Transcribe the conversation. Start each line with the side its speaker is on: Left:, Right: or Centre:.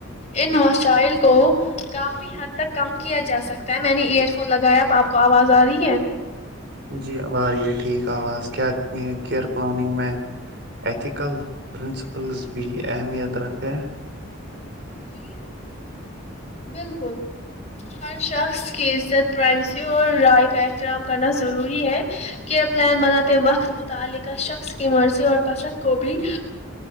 Left: ان وسائل کو کافی حد تک کم کیا جا سکتا ہے میں نے ایئر فون لگایا اب آپ کو آواز آ رہی ہے
Right: جی اب آ رہ ہے ٹھیک کاوااز کیا کیئر پلاننگ میں ایتھیکل پرنسپلز بھی اہمیت رکھتے ہیں
Left: جی بالکل ہر شخص کی عزت پرائیویسی اور رائے کا احترام کرنا ضروری ہے کیئر پلان بناتے وقت متعلقہ شخص کی مرضی اور پسند کو بھی